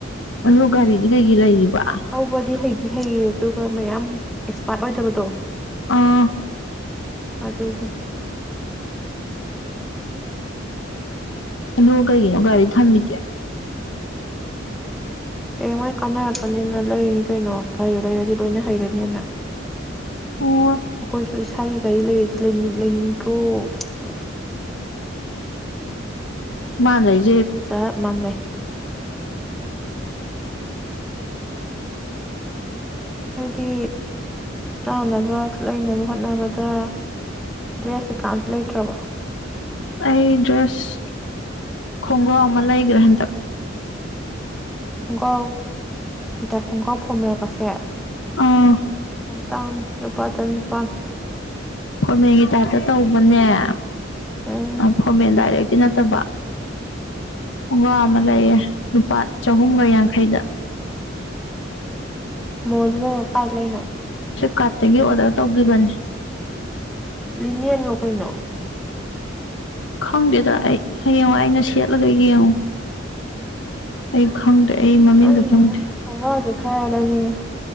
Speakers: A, on the left; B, in the centre.
A: ꯑꯗꯣ ꯒꯥꯔꯤꯗꯤ ꯂꯩꯗꯤ ꯂꯩꯔꯤꯕ
B: ꯊꯧꯕꯗꯤ ꯍꯩꯗꯤ ꯍꯩꯌꯦ ꯑꯗꯨꯒ ꯃꯌꯥꯝ ꯑꯦꯛꯁꯄꯥꯠ ꯑꯣꯏꯗꯕꯗꯣ
A: ꯑꯥ
B: ꯑꯗꯨꯒꯤ
A: ꯑꯗꯨꯒ ꯀꯩꯒꯤꯅꯣ ꯒꯥꯔꯤ ꯊꯝꯃꯤꯗꯦ
B: ꯍꯌꯦꯡꯋꯥꯏ ꯀꯥꯟꯅꯔꯛꯀꯅꯤꯅ ꯂꯩꯔꯤꯅꯤ ꯀꯩꯅꯣ ꯒꯥꯔꯤꯗꯣ ꯂꯩꯔꯗꯤ ꯂꯣꯏꯅ ꯍꯩꯔꯦ ꯅꯦꯅ
A: ꯑꯣ
B: ꯑꯈꯣꯏꯁꯨ ꯏꯁꯥꯒꯤ ꯒꯩꯂꯩꯑꯗꯤ ꯂꯩꯅꯤꯡ ꯂꯩꯅꯤꯡꯇꯔꯣ
A: ꯃꯥꯥꯂꯩꯖ
B: ꯆꯞ ꯃꯥꯟꯅꯩ ꯍꯥꯏꯗꯤ ꯇꯥꯅꯕ ꯂꯩꯅꯕ ꯍꯣꯠꯅꯕꯗ ꯗ꯭ꯔꯦꯁ ꯀꯀꯥ ꯑꯝꯇ ꯂꯩꯇ꯭ꯔꯕꯣ
A: ꯑꯩ ꯗꯔ꯭ꯦꯁ ꯈꯣꯡꯒꯥꯎ ꯑꯃ ꯂꯩꯒꯔ꯭ꯦ ꯍꯟꯗꯛ
B: ꯈꯣꯡꯒꯥꯎ ꯕꯤꯇꯥ ꯈꯣꯡꯒꯥꯎ ꯐꯣꯃꯦꯜꯒꯁꯦ
A: ꯑꯥ
B: ꯅꯪ ꯇꯥꯡ ꯂꯨꯄꯥ ꯆꯅꯤꯄꯥꯜ
A: ꯐꯣꯔꯃꯦꯡꯒꯤ ꯇꯥꯏꯞꯇ ꯇꯧꯕꯅꯦ ꯑ
B: ꯎꯝ
A: ꯐꯣꯃꯦꯟ ꯗꯥꯏꯔꯦꯛ ꯇꯤ ꯅꯠꯇꯕ ꯈꯣꯡꯒꯥꯎ ꯑꯃ ꯂꯩꯌꯦ ꯂꯨꯄꯥ ꯆꯍꯨꯝꯒ ꯌꯥꯡꯈꯩꯗ
B: ꯃꯣꯜꯗꯨꯅ ꯃꯨꯛ ꯀꯥꯏ ꯂꯩꯅꯣ
A: ꯀꯥꯠꯇꯒꯤ ꯑꯣꯗꯔ ꯇꯧꯒꯤꯕꯅꯤ
B: ꯂꯤꯅꯤꯌꯦꯟꯂꯣ ꯀꯩꯅꯣ
A: ꯈꯪꯗꯦꯗ ꯑꯩ ꯍꯌꯦꯡꯋꯥꯏ ꯑꯩꯅ ꯁꯦꯠꯂꯒ ꯌꯦꯡꯉꯨ ꯑꯩ ꯈꯪꯗꯦ ꯑꯩ ꯃꯃꯤꯡꯒ
B: ꯈꯪꯗꯦꯕꯨ
A: ꯈꯪꯗꯦ
B: ꯈꯣꯡꯒꯥꯎꯖꯨ ꯈꯔ ꯂꯩꯅꯤꯡꯉꯦ